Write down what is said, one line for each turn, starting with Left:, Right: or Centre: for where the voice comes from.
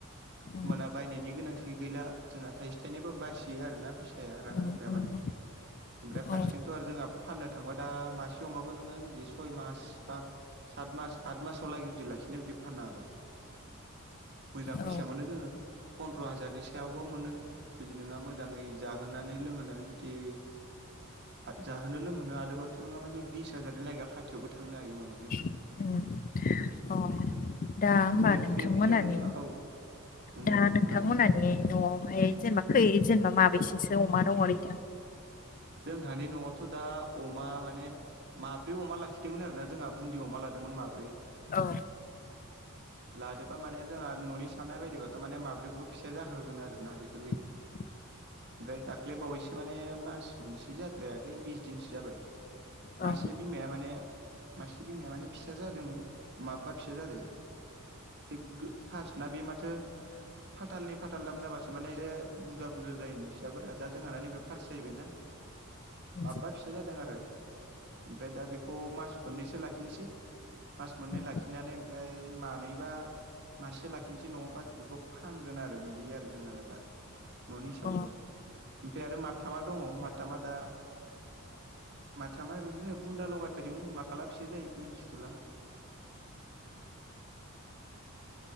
Left: उम
Right: मोना बायनायनि गोनांथि गैला। जोंहा थाइसे थाइनैबो बासियो आरोोना फैसाया रां
Left: उम
Right: रुफाया
Left: उम
Right: माने। ओमफ्राय
Left: औ
Right: फारसेथिंथ' आरो जोंहा फाननो थांबा दा मासे अमाखौ नोङो बिदि सय मास बा सात मास आठ मासाव लागि जुदि लाखिनाय जुदि फानानो हाबाय मोजां
Left: औ
Right: फैसा मोनो जोङो पन्द्र' हाजारनि सायाव अबबा मोनो जुदि नोंङहा मोजाङै जाहोनानै लोंहोनानै जुदि। जाहोनो लोंहोनो हादोंबाथ' ननोङा माने बिस हाजारनि लागै खााथाययावबो थांनो हायो माने फैसाया
Left: <unintelligible>
Right: औ
Left: दा होमबा
Right: बे
Left: नोंथांमोनानि
Right: बे फैसाजों जोंहा औ नंगौ
Left: दा
Right: नंगौ
Left: नोंथांमोनानि
Right: खोनादों
Left: बे न'आवहाय जेनेबा खै जेनेबा माबेसेंसो अमा दङ रै दा
Right: जोंहानि न'आवथ' दा अमा माने माब्रै अमा लाखिदोंमोन आरोना जोंहा बुन्दि अमा लादोंमोन माब्रै
Left: औ
Right: लादोंोबा माने जोंहा न'नि साननाय बायदिबाथ' माने माब्रैखौबो फिसााया जाहोगोन आरो ना बेफोर बायदि
Left: <inaudible>
Right: ओमफ्राय दाख्लै बावैसो माने मास मोनसे जाद्रायाखै बिस दिनसो जाबाय मासे
Left: औ
Right: बिमाया माने मासे बिमाया माने फिसा जादोंमोन माबबा फिसा जादों ए फार्ट नना बे माथो फाथालनि फाथाल दाम जाबासो माने एसे बुरजा बुरजा जायोनो फिसाफोरा दा जोंना नैबे फार्स्ट जाहबाय ना
Left: उम
Right: माबबा फिसा जादों आरो ओमफ्राय दा बेखौ मास मोननैसो लाखिनोसै। मास मोननै
Left: उम
Right: लाखिनानै ओमफ्राय मानैबा मासे लाखिनोसै न'आव बाखिफोरखौ फानगोन आरो बिदि आरो जोंहाना दा न'नि हिसाबै
Left: उम अ
Right: ब ओमफ्राय आरो माथामा दङ माथामा दा माथाम मा बेसो बुन्दा लगायदों माला फिसा जायो मिन्थिथ'ला